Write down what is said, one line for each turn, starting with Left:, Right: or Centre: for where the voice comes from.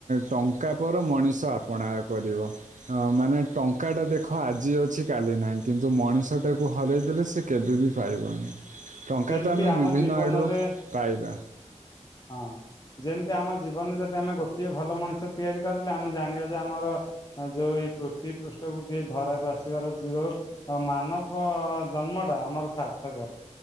Right: ଟଙ୍କା ପରେ ମଣିଷ ଆପଣା କରିବ। ଅ ମାନେ ଟଙ୍କା ଟା ଦେଖ ଆଜି ଅଛି କାଲି ନାହିଁ କିନ୍ତୁ ମଣିଷ ଟାକୁ ହରାଇ ଦେଲେ ସେ କେବେ ବି ପାଇବନି। ଟଙ୍କା
Left: ଯେମିତି
Right: ତ ଆମେ
Left: ଆମ
Right: ବିଭିନ୍ନ
Left: ଜୀବନରେ
Right: ଆଡ଼ୁ ପାଇବା
Left: ହଁ ଯେମିତି ଆମ ଜୀବନରେ ଯଦି ଆମେ ଗୋଟିଏ ଭଲ ମଣିଷ ତିଆରି କରିଦେଲେ ଆମେ ଜାଣିବା ଯେ ଆମର ଆ ଯୋଉ ଏଇ ପୃଥିବୀ ପୃଷ୍ଠକୁ କିଏ ଧରାକୁ ଆସିବାର ଯୋଉ ଅ ମାନବ ଜନ୍ମଟା ଆମର ସାର୍ଥକରେ